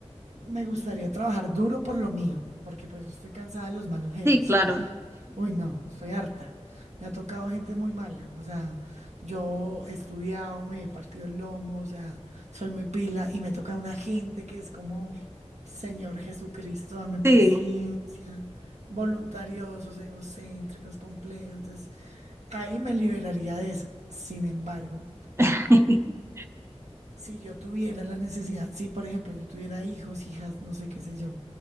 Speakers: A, on the right; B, on the right.
A: me gustaría trabajar duro por lo mío, porque pues estoy cansada de los malos jefes.
B: Sí, claro.
A: Uy, no, soy harta. Me ha tocado gente muy mala. O sea, yo he estudiado, me he partido el lomo, o sea, soy muy pila y me toca una gente que es como, Señor Jesucristo, dame paciencia,
B: Sí,
A: voluntariosos, egocéntricos, complejos. Entonces, ahí me liberaría de eso. Sin embargo,
B: <laughs>
A: si yo tuviera la necesidad, si por ejemplo yo tuviera hijos, hijas, no sé qué sé yo,